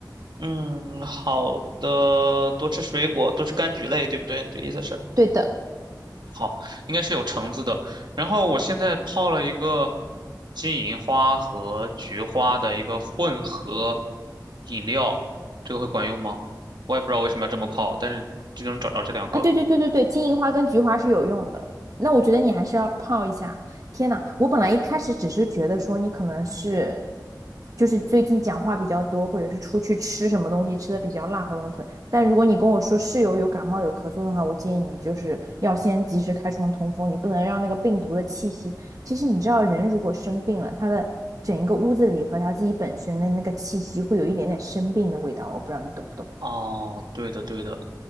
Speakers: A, on the right; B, on the right.
A: 嗯，好的，多吃水果，多吃柑橘类，对不对？这意思是
B: 对的，
A: 好，应该是有橙子的。然后我现在泡了一个金银花和菊花的一个混合饮料，这个会管用吗？我也不知道为什么要这么泡，但是就能找着这两个。
B: 啊，对对对对对，金银花跟菊花是有用的。那我觉得你还是要泡一下。天呐，我本来一开始只是觉得说你可能是，就是最近讲话比较多，或者是出去吃什么东西吃的比较辣，喉咙疼。但如果你跟我说室友有感冒有咳嗽的话，我建议你就是要先及时开窗通风，你不能让那个病毒的气息。其实你知道，人如果生病了，他的整一个屋子里和他自己本身的那个气息会有一点点生病的味道。我不知道你懂不懂。
A: 哦，对的，对的，